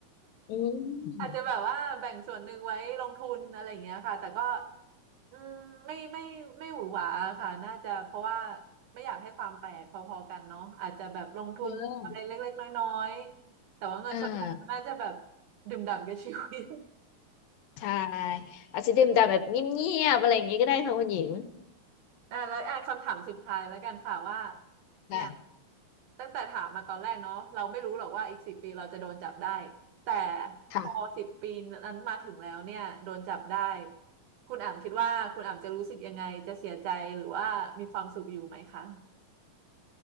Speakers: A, on the left; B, on the right.
A: อืม
B: อาจจะแบบว่าแบ่งส่วนหนึ่งไว้ลงทุนอะไรอย่างเงี้ยค่ะแต่ก็อืมไม่ไม่ไม่หวือหวาค่ะน่าจะเพราะว่าไม่อยากให้ความแตกพอๆกันเนาะอาจจะแบบลงทุนอะไรเล็กๆน้อยๆแต่ว่าเงินส่วนใหญ่น่าจะแบบ
A: เอออ่า
B: ดื่มด่ำกับชีวิต
A: ใช่อาจจะดื่มด่ำแบบเงียบๆอะไรอย่างเงี้ยก็ได้ค่ะคุณหญิง
B: <laughs> อ่าแล้วอ่ะคำถามสุดท้ายแล้วกันค่ะว่า
A: นะ
B: เนี่ย ตั้งแต่ถามมาตอนแรกเนาะเราไม่รู้หรอกว่าอีกสิบปีเราจะโดนจับได้แต่
A: ค่ะ
B: พอสิบปีนั้นมาถึงแล้วเนี่ยโดนจับได้คุณอ่ำคิดว่าคุณอ่ำจะรู้สึกยังไงจะเสียใจหรือว่ามีความสุขอยู่ไหมคะ